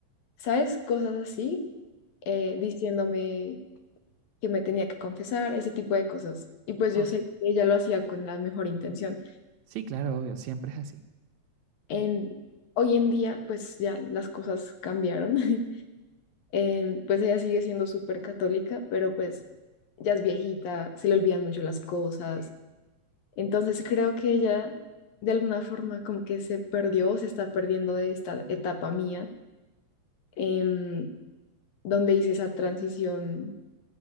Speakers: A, on the left; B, on the right.
A: ¿sabes? Cosas así, eh, diciéndome que me tenía que confesar, ese tipo de cosas. Y pues yo
B: Ok,
A: sé que ella lo hacía con la mejor intención.
B: Sí, claro, obvio, siempre es así.
A: En, hoy en día, pues ya las cosas cambiaron. <laughs> Eh, pues ella sigue siendo súper católica, pero pues ya es viejita, se le olvidan mucho las cosas. Entonces creo que ella de alguna forma como que se perdió, o se está perdiendo de esta etapa mía, em, donde hice esa transición